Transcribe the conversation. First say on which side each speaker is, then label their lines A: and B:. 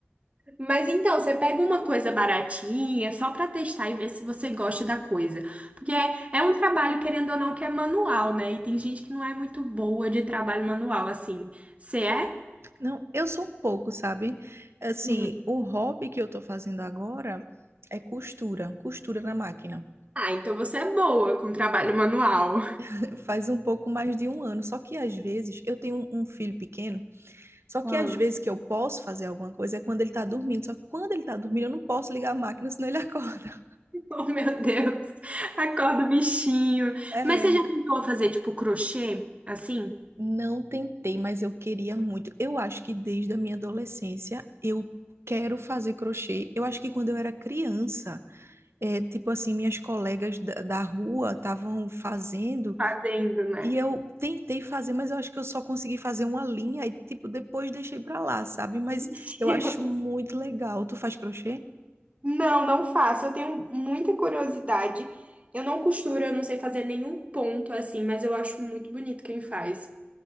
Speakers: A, on the right (about 35°); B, on the right (about 80°).
A: Mas então, você pega uma coisa baratinha, só pra testar e ver se você gosta da coisa. Porque é, é um trabalho, querendo ou não, que é manual, né? E tem gente que não é muito boa de trabalho manual, assim. Você é?
B: Não, eu sou um pouco, sabe? Assim,
A: Hum.
B: o hobby que eu tô fazendo agora é costura, costura na máquina.
A: Ah, então você é boa com trabalho manual.
B: <laughs> Faz um pouco mais de um ano. Só que às vezes eu tenho um, um filho pequeno, só que
A: Ah.
B: às vezes
A: <laughs>
B: que eu posso fazer alguma coisa é quando ele tá dormindo. Só que quando ele tá dormindo, eu não posso ligar a máquina, senão ele <laughs> acorda.
A: Oh, meu Deus. Acorda o bichinho.
B: É,
A: Mas você já tentou fazer, tipo, crochê? Assim?
B: não tentei, mas eu queria muito. Eu acho que desde a minha adolescência eu quero fazer crochê. Eu acho que quando eu era criança. é, tipo assim, minhas colegas da, da rua estavam fazendo
A: Fazendo, né?
B: e eu tentei fazer, mas eu acho que eu só consegui fazer uma linha e, tipo, depois deixei pra lá, sabe? Mas
A: <laughs>
B: eu acho muito legal. Tu faz crochê?
A: Não, não faço. Eu tenho muita curiosidade. Eu não costuro, eu não sei fazer nenhum ponto assim, mas eu acho muito bonito quem faz.